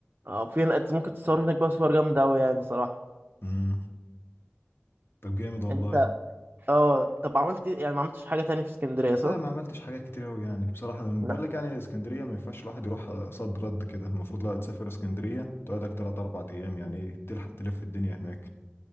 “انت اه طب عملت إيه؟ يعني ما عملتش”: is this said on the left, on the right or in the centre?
Right